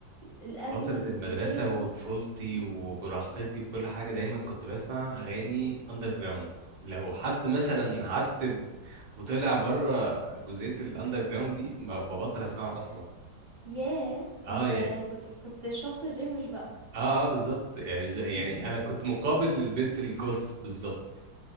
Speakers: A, on the left; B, on the right.
A: الأزمة
B: فتره
A: الوجودية
B: المدرسه
A: دي
B: وطفولتي
A: مم.
B: ومراهقتي وكل حاجه دايما كنت بسمع اغاني اندر جراوند لو حد مثلا عتب وطلع بره جزئيه الاندر جراوند دي ما- ببطل اسمعه اصلا
A: ياه
B: اه
A: ده أنت يعني كنت كنت الشخص الروش بقى
B: اه اه بالظبط يعني زي
A: <laughs>
B: يعني انا كنت مقابل للبنت الجوث بالظبط